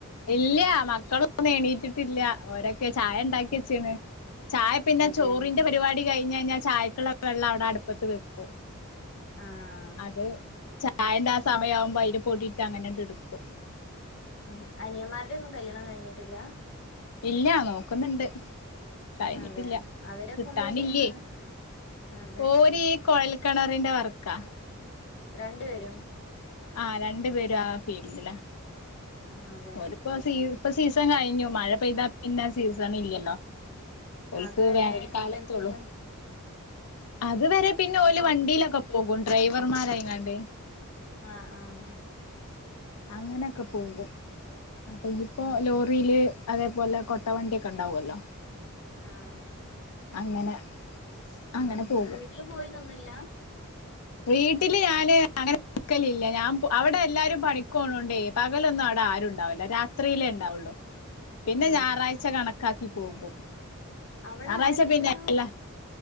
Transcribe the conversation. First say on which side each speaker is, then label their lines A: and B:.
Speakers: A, on the left (about 90°); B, on the left (about 55°).
A: ഇല്ല മക്കളൊന്നും എണീറ്റിട്ടില്ല ഓരൊക്കെ ചായ ഇണ്ടാക്കിയെച്ച്ണ് ചായ പിന്നെ
B: അതെ
A: ചോറിന്റെ പരിവാടി കഴിഞ്ഞഴിഞ്ഞാ ചായക്ക്ള്ളെ വെള്ളം അവ്ടെ അട്പ്പത്ത് വെക്കും
B: ആഹ്
A: അത് ചായന്റെ ആ സമയാവുമ്പൊ അയില് പൊടിട്ട് അങ്ങനേണ്ട് ഇട്ക്കും
B: ഉം അനിയമാരുടെന്നും കല്യാണം കഴിഞ്ഞിട്ടില്ല
A: ഇല്ല നോക്കുന്ന്ണ്ട് കഴിഞ്ഞിട്ടില്ല
B: അതെ അവരൊക്കെ
A: കിട്ടാനില്ലേ
B: എന്താ ചെയ്യുന്നെ അതെ
A: ഓര് ഈ കൊഴൽ കെണറിന്റെ വർക്കാ
B: രണ്ട് പേരും
A: ആഹ് രണ്ട് പേരും ആ ഫീൽഡിലാ
B: അതെ
A: ഒരുപ്പം സീ ഇപ്പം സീസൺ കഴിഞ്ഞു. മഴ പെയ്താ പിന്നെ സീസൺ ഇല്ലല്ലോ. ഓൽക്ക്
B: അതുവരെ
A: വേനൽ കാലത്തൊള്ളൂ.
B: അപ്പ എന്ത് ചെയ്യും
A: അത് വരെ പിന്നെ
B: അപ്പൊ
A: ഓല്
B: മ-
A: വണ്ടീലൊക്കെ പോകും ഡ്രൈവർമാരായിങ്ങാണ്ട്.
B: ആഹ് ആഹ് ആഹ്
A: അങ്ങനൊക്കെ പോകും അപ്പൊ ഇഞ്ഞ്പ്പോ
B: ഉം
A: ലോറീല്-
B: ഉം
A: അതേപോലെ കൊട്ടവണ്ടി ഒക്കെ ഇണ്ടാവല്ലോ.
B: ആഹ്
A: അങ്ങനെ
B: ഉം
A: അങ്ങനെ
B: ഉം
A: പോകും
B: വീട്ട്ല് പോയി നിന്നില്ലാ?
A: വീട്ടില് ഞാന് അങ്ങനെ ക്കലില്ല ഞാൻ അവിടെ എല്ലാരും പണിക്കോണോണ്ടേ പകലൊന്നും അവിടെ ആരും ഉണ്ടാവില്ല രാത്രിയിലേ ണ്ടാവൊള്ളൂ. പിന്നെ
B: ആ
A: ഞാറായ്ച കണക്കാക്കി പോകും.
B: അവിടെ
A: ഞാറായ്ച
B: ആരൊക്കെണ്ട്ന്ന്
A: പിന്നെ
B: പറഞ്ഞു
A: എല്ലാ